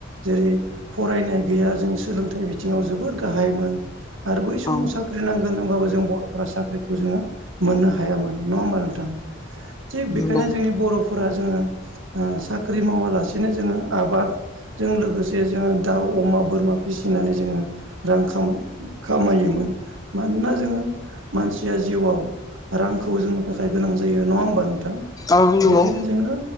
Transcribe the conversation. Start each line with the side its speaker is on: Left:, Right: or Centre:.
Right: जेरै फरायनाय गैया जों सोलोंथाइ बिथिंङाव जोबोर गाहायमोन। आरो बै समाव
Left: औ
Right: साख्रि नांग होगोन होनोमबाबो जों बर'फोरा साख्रिखौ जोंङो मोननो हायामोन नंङा होमबा नोंथां। थिग बेखायनो
Left: नंगौ
Right: जोंनि बर' फोरा जोंङो ओ साख्रि मावालासेनो जोंङो आबाद जों लोगोसे जोंङो दाउ अमा बोरमा फिसिनानै जोंङो रां खाम खामायोमोन मानोना जोंङो मानसिया जिउआव रांखौ जोंनि थाखाय गोनां जायो नंङा होमबा नोंथां?
Left: औ नंगौ
Right: बेखायनो जोंङो